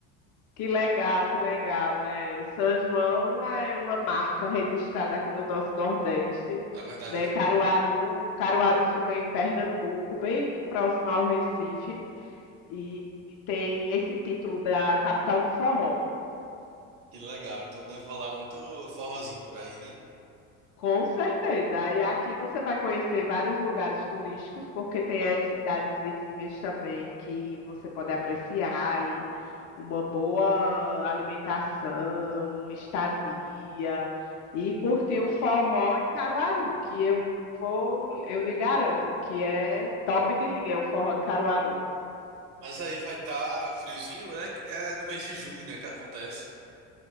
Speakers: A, on the left (about 45°); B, on the right (about 35°).
A: Que legal, que legal. É, o São João é uma marca registrada aqui do nosso Nordeste,
B: Na verdade,
A: né? Caruaru, Caruaru fica em Pernambuco, bem próximo ao Recife, e, e tem esse título da capital do forró.
B: Que legal. Então deve rolar muito forrozinho por aí, né?
A: Com certeza. Aí aqui você vai conhecer vários lugares turísticos, porque tem as cidades vizinhas também que você pode apreciar e uma boa alimentação, estadia e curtir o forró em Caruaru, que eu vou, eu lhe garanto que é top de linha o forró de Caruaru.
B: Mas aí vai estar friozinho, né? É do mês de junho, né, que acontece.